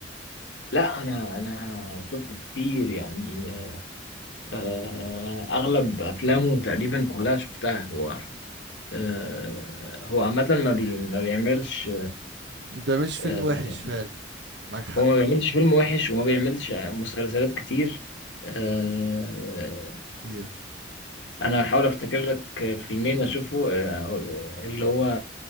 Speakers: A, on the left; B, on the right.
A: لا انا انا شفت كتير يعني آه، اغلب افلامه تقريبا كلها شفتها هو آه، هو عامة ما بي ما بيعملش
B: ده مش فيلم
A: آه،
B: وحش فعلا معاك حق
A: هو ما بيعملش فيلم وحش وما بيعملش مسلسلات كتير آه،
B: ايوه
A: انا هحاول افتكر لك فيلمين اشوفه آه، اللي هو